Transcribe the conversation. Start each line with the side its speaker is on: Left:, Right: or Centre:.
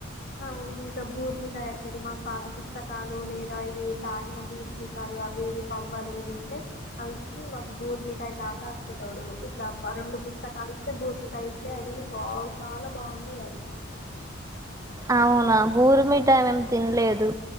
Left: అవును ఇంకా బూర్మిఠాయి అచ్చేది మాకు పాత పుస్తకాలు లేదా ఇవి తాగిన బీర్సీసాలు అవి ఇవి పబ్బాలు ఇవి ఉంటే అవి ఇచ్చి మాకు బూర్మిఠాయి తాత అచ్చేటోడు ఇప్ ఇలా రెండు పుస్తకాలు ఇస్తే బూర్మిట అంటే అది వాాగు చాలా బాగుండది అది
Right: అవునా భూరిమిటామం తినలేదు